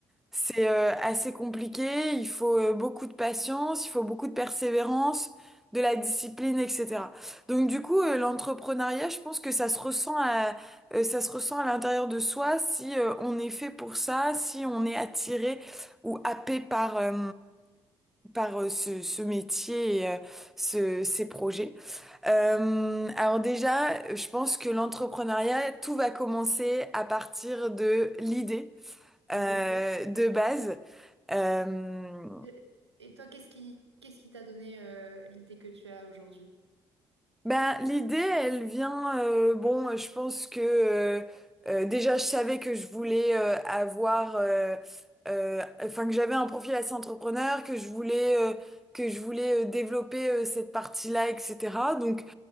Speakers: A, in the centre; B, on the right.
A: C'est euh, assez compliqué, il faut euh, beaucoup de patience, il faut beaucoup de persévérance, de la discipline, etc. Donc du coup, euh, l'entrepreneuriat, je pense que ça se ressent à, euh, ça se ressent à l'intérieur de soi si euh, on est fait pour ça, si on est attiré ou happé par, euh, par euh, ce, ce métier et euh, ce, ces projets. Euh, alors déjà, je pense que l'entrepreneuriat, tout va commencer à partir de l'idée
B: mhm.
A: euh, de base. Euh,
B: Et et toi, qu'est-ce qui qu'est-ce qui t'a donné euh, l'idée que tu as aujourd'hui?
A: ben, l'idée, elle vient, euh, bon, je pense que euh, euh, déjà, je savais que je voulais euh, avoir, euh, euh, enfin que j'avais un profil assez entrepreneur, que je voulais, euh, que je voulais euh, développer euh, cette partie-là, etc. Donc